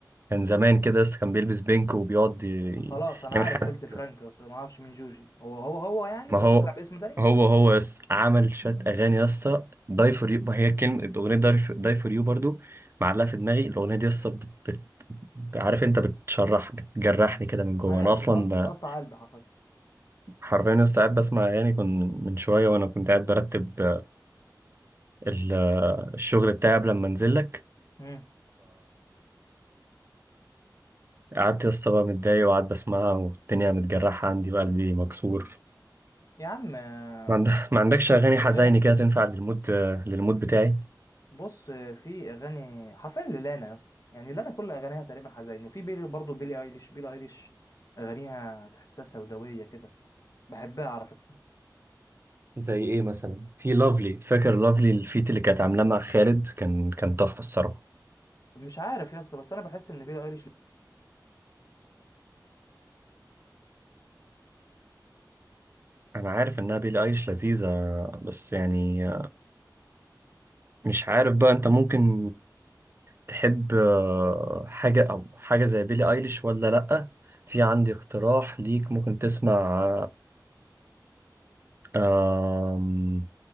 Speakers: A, on the right (about 35°); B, on the left (about 45°).
A: كان زمان كده لسه كان بيلبس بينك وبيقعد ي-
B: خلاص انا
A: يعمل
B: عارف
A: حاجات
B: فلت فرانك بس ما اعرفش مين جوجي هو هو هو يعني
A: ما
B: بس
A: هو
B: طلع باسم تاني
A: هو هو يس عمل شات أغاني يسا داي فور يو هي كلمة الأغنية داي فور داي for يو برضو معلقة في دماغي الأغنية دي يسا بت... بت... عارف أنت بتشرح بتجرحني كده من جوه
B: ايوه
A: أنا أصلا
B: بتقطع,
A: ب...
B: بتقطع قلبي حرفيا
A: حرفيا لسه قاعد بسمع أغاني كنت من شوية وأنا كنت قاعد برتب ال- الشغل بتاعي قبل ما أنزل لك
B: امم
A: قعدت يا اسطى بقى متضايق وقعدت بسمعها والدنيا متجرحة عندي وقلبي مكسور
B: يا عم آه،
A: ما, عند... ما عندكش أغاني حزيني
B: الاغاني
A: كده تنفع للمود للمود بتاعي
B: بص في اغاني حرفيا للانا يا اسطى يعني لانا كل اغانيها تقريبا حزين وفي بيلي برضه بيلي ايليش بيلي ايليش اغانيها تحسها سوداويه كده بحبها على فكره
A: زي إيه مثلا في لافلي فاكر لافلي الفيت اللي كانت عاملاه مع خالد كان كان تحفة الصراحة
B: مش عارف يا اسطى بس انا بحس ان بيلي ايليش
A: أنا عارف إنها بيلي أيليش لذيذة بس يعني مش عارف بقى أنت ممكن تحب آه، حاجة أو حاجة زي بيلي أيليش ولا لأ في عندي اقتراح ليك ممكن تسمع آه، آم،